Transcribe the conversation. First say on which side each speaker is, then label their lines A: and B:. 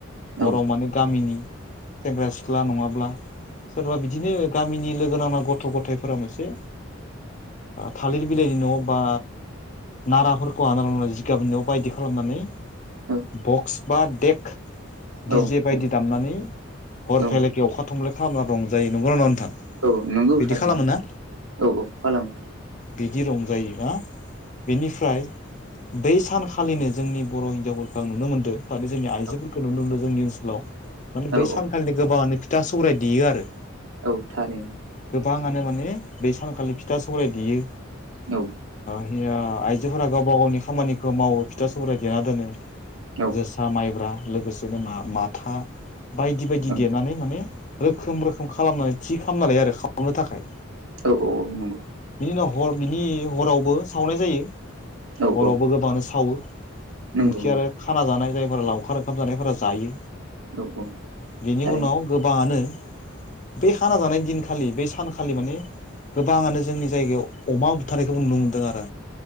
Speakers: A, on the right; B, on the left.
A: औ
B: हराव माने गामिनि सेंग्रा सिख्ला नङाब्ला सोरबा बिदिनो गामिनि लोगो नांना गथ' गथायफोरा मोनसे थालिर बिलाइनि न' बा नाराफोरखौ हाना लानानै जिगाबनि न' बायदि खालामनानै
A: औ
B: बक्स बा देक्क
A: औ
B: दि जे बायदि
A: औ
B: दामनानै हर
A: औ
B: फालागे अखा थमले खालामना रंजायो नंगौना ना नोंथां
A: औ नोंगौ
B: बिदि
A: थारैनो
B: खालामो ना
A: औ औ खालामो
B: बिदि रंजायोबा बेनिफ्राय बै सानखालिनो जोंनि बर' हिनजावफोरखौ आं नुनो मोनदों माने जोंनि आइजोफोरखौ
A: औ
B: नुनो मोनदों जोंनि ओनसोलाव माने
A: औ
B: बै
A: औ
B: सानखालि गोबाङानो फिथा सौराय देयो आरो
A: औ थारैनो
B: गोबाङानो माने बै सानखालि फिथा सौराय देयो
A: औ
B: हया आइजोफोरा गावबा गावनि खामानिखौ मावो फिथा सौराय देना दोनो
A: औ
B: जोसा माइब्रा लोगोसे नों माथा बायदि बायदि
A: ओं
B: देनानै माने रोखोम रोखोम खालामनानै थि खालामना लायो आरो खालामनो थाखाय
A: औ औ औ नंगौ
B: बिनि उनाव हर बिनि हरावबो सावनाय जायो
A: औ
B: हरावबो
A: औ
B: गोबाङानो सावो
A: नंगौ
B: नोंखि
A: नंगौ
B: आरो खाना जानाय जायफोरा लावखार ओंखाम जानायफोरा जायो
A: औ औ
B: बेनि
A: थारैनो
B: उनाव गोबाङानो बे खाना जानाय दिनखालि बे सानखालि माने गोबाङानो जोंनि जायगायाव अमा बुथारनायखौ नुनो मोनदों आरो